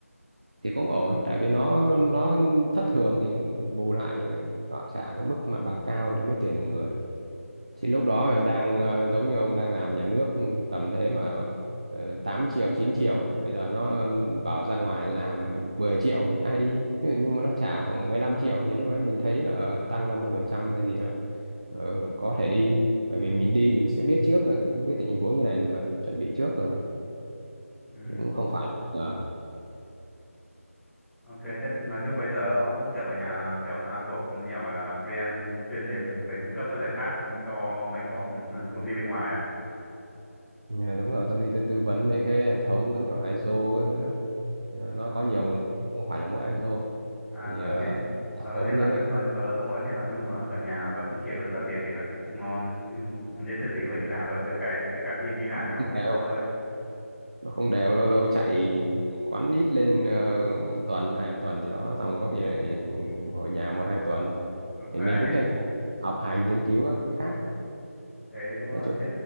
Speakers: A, on the right; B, in the centre.
A: thì cũng ổn tại vì nó nó thất thường thì bù lại thì họ trả cái mức mặt bằng cao thì nó mới tuyển được người Thì lúc đó đang ờ, giống như ông đang làm nhà nước ừ, tầm thế mà ờ, 8 triệu, 9 triệu, bây giờ nó bảo ra ngoài làm 10 triệu thì ai đi. Ví dụ Nhưng mà nó trả khoảng 15 triệu thì lúc đấy mình thấy là ờ, tăng 50% hay gì đó ờ, có thể đi. Bởi vì mình đi mình sẽ biết trước là cái, những cái tình huống như này rồi mà chuẩn bị trước rồi.
B: Ừ.
A: Cũng không phải là
B: Ok, thế nói chung bây giờ ông vẫn kiểu ở nhà làm kiểu outsource nhiều là freelance chuyên đề về, về cung cấp các giải pháp cho mấy cái bọn ừ, công ty bên ngoài à?
A: Ờ, ừ, đúng rồi, tôi đi tôi tư vấn mấy cái hệ thống giống kiểu ISO các thứ đó. Ờ,
B: Ừ.
A: Nó có nhiều, không phải là mỗi ISO.
B: À
A: Thì
B: ờ
A: ờ,
B: thế ờ
A: một số
B: thế nói
A: những cái
B: chuyện nói ờ đúng rồi, thế nói chung là ở nhà vẫn kiếm được ra tiền thì nói chung cũng ngon chứ nhất thiết gì cứ phải đi làm đâu, được cái được cái thì đi làm
A: không
B: thì nó ổn định
A: đều
B: hơn thôi.
A: nó không đều lâu lâu chạy
B: Ừ.
A: quán ít lên ờ, một tuần hai tuần gì đó xong có khi lại ngồi nhà một hai tuần
B: Được này
A: thì mình
B: <laughs>
A: cũng tranh thủ học hành nghiên cứu các cái khác
B: thế đúng rồi
A: nói chung
B: thế